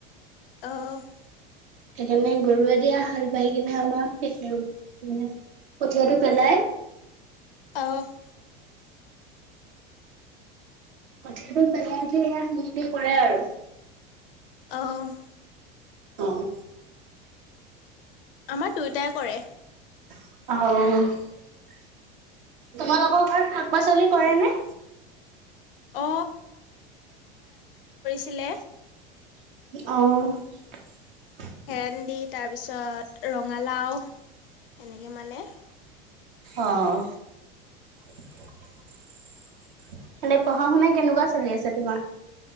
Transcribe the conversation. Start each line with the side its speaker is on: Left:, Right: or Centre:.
Left: অহ ',
Right: সেইকাৰণে গৰুৱে দিয়া হাল বাই কিনে <unintelligible> আমাৰে কঠীয়াটো পেলাই।
Left: অহ ',
Right: কথিয়াটো পেলাইহে সনেকে কৰে আৰু।
Left: অহ ',
Right: অহ ',
Left: আমাৰ দুয়োটাই কৰে
Right: অহ ', তোমালোকৰ ঘৰত খ পাচলি কৰে নে।
Left: অ চিলে
Right: অহ ',
Left: ভেণ্ডি দি তাৰপিছত ৰঙালাও। এনেকে মানে।
Right: অহ ', মানে পঢ়া শুনা কেনেকুৱা চলি আছে তোমাৰ।